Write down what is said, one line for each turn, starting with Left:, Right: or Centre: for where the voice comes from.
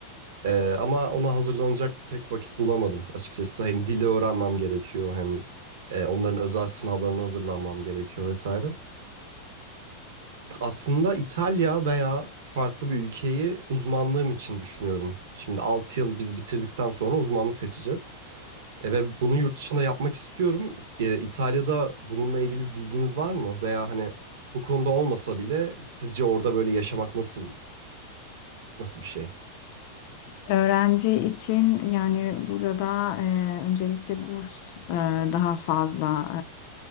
Right: E, ama ona hazırlanacak pek vakit bulamadım açıkçası. Hem dili öğrenmem gerekiyor hem e, onların özel sınavlarına hazırlanmam gerekiyor vesaire. Aslında İtalya veya farklı bir ülkeyi uzmanlığım için düşünüyorum. Şimdi 6 yıl biz bitirdikten sonra uzmanlık seçeceğiz. E, ve bunu yurt dışında yapmak istiyorum. E, İtalya'da bununla ilgili bir bilginiz var mı? Veya hani bu konuda olmasa bile sizce orada böyle yaşamak nasıl nasıl bir şey?
Left: Öğrenci için yani burada e, öncelikle burs e, daha fazla